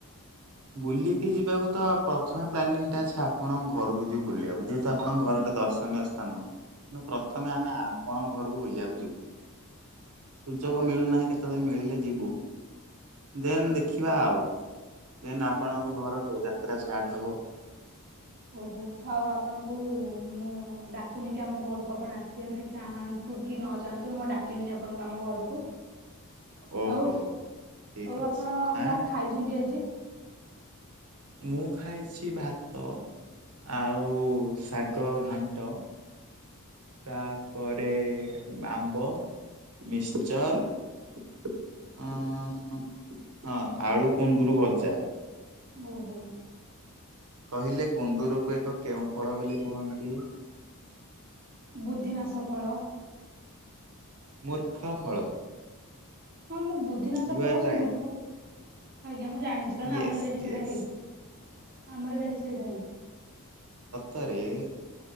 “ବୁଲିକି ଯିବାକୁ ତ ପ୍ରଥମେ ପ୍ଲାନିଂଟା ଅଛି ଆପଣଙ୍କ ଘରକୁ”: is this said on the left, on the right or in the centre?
Right